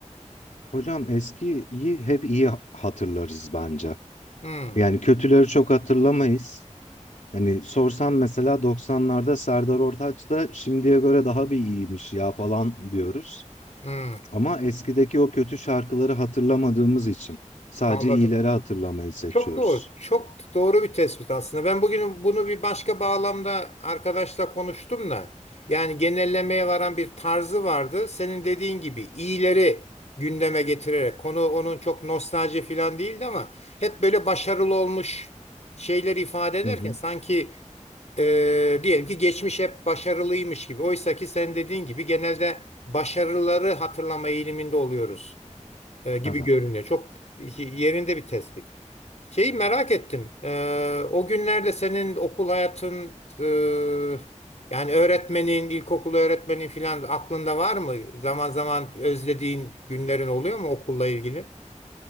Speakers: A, on the left; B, on the left.
A: Hocam eskiyi hep iyi hatırlarız bence.
B: Hmm,
A: Yani kötüleri çok hatırlamayız. Hani sorsam mesela 90'larda Serdar Ortaç da şimdiye göre daha bir iyiymiş ya falan diyoruz.
B: hmm,
A: Ama eskideki o kötü şarkıları hatırlamadığımız için sadece
B: anladım.
A: iyileri hatırlamayı seçiyoruz.
B: Çok doğru. Çok doğru bir tespit aslında. Ben bugün bunu bir başka bağlamda arkadaşla konuştum da yani genellemeye varan bir tarzı vardı. Senin dediğin gibi iyileri gündeme getirerek konu onun çok nostalji falan değildi ama hep böyle başarılı olmuş şeyleri ifade ederken
A: Hı hı,
B: sanki e, diyelim ki geçmiş hep başarılıymış gibi. Oysa ki sen dediğin gibi genelde başarıları hatırlama eğiliminde oluyoruz e, gibi
A: tabii.
B: görünüyor. Çok yerinde bir tespit. Şeyi merak ettim. Ee, o günlerde senin okul hayatın e, yani öğretmenin, ilkokul öğretmenin filan aklında var mı? Zaman zaman özlediğin günlerin oluyor mu okulla ilgili?